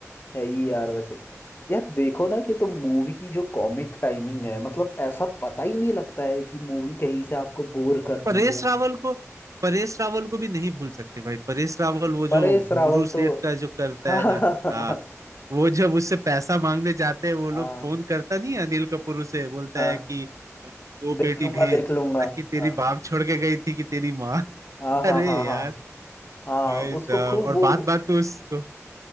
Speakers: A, on the left; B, on the right.
A: है ही यार वैसे कि यार देखो ना कि तुम मूवी की जो कॉमिक टाइमिंग है मतलब ऐसा पता ही नहीं लगता है कि मूवी कहीं से आपको बोर कर रही
B: परेश
A: है
B: रावल को परेश रावल को भी नहीं भूल सकते भाई परेश रावल वो जो
A: परेश
B: घुंगरू
A: रावल
B: सेठ
A: तो
B: का जो करता
A: <laughs> हाँ
B: है ना
A: हाँ
B: हाँ वो जब उससे पैसा मांगने जाते हैं वो लोग
A: हाँ
B: फोन करता नहीं है अनिल कपूर उसे बोलता
A: हाँ,
B: है कि दो
A: देख
B: पेटी
A: लूंगा
B: भेज
A: देख लूंगा
B: बोला कि तेरी
A: हाँ
B: बाप छोड़ के गई थी कि तेरी माँ
A: हाँ हाँ
B: <laughs> अरे
A: हाँ हाँ
B: यार
A: हाँ,
B: भाई
A: उसको
B: साहब
A: खूब
B: और
A: वो
B: बात बात पे उस और